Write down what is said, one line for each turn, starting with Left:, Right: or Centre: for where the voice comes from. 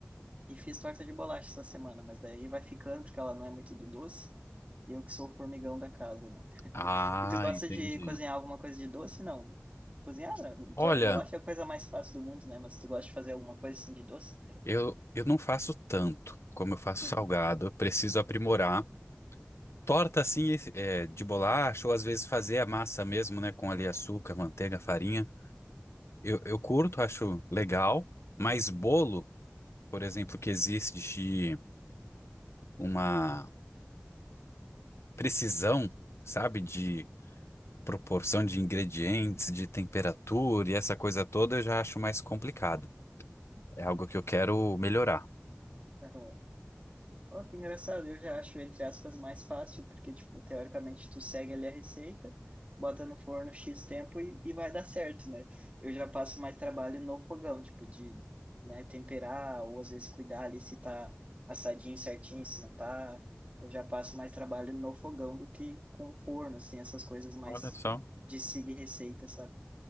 Right: E fiz torta de bolacha essa semana, mas daí vai ficando, porque ela não é muito do doce. E eu que sou o formigão da casa, né?
Left: Ah,
Right: E tu gosta
Left: entendi.
Right: de cozinhar alguma coisa de doce? Não. Cozinhar, né?
Left: Olha,
Right: torta de bolacha é a coisa mais fácil do mundo, né? Mas tu gosta de fazer alguma coisa assim de doce?
Left: eu, eu não faço tanto como eu faço
Right: Uhum.
Left: salgado. Eu preciso aprimorar. torta assim, esse- é, de bolacha, ou às vezes fazer a massa mesmo, né, com ali açúcar, manteiga, farinha. Eu, eu curto, acho legal, mas bolo, por exemplo, que existe de uma precisão, sabe, de proporção de ingredientes, de temperatura e essa coisa toda, eu já acho mais complicado. É algo que eu quero melhorar.
Right: Uhum. Ó, que engraçado, eu já acho, entre aspas, mais fácil, porque, tipo, teoricamente tu segue ali a receita, bota no forno X tempo e, e vai dar certo, né? Eu já passo mais trabalho no fogão, tipo, de, né, temperar, ou às vezes cuidar ali se tá assadinho certinho, se não tá. Eu já passo mais trabalho no fogão do que com o forno, assim, essas coisas mais
Left: Olha só.
Right: de seguir receita, sabe?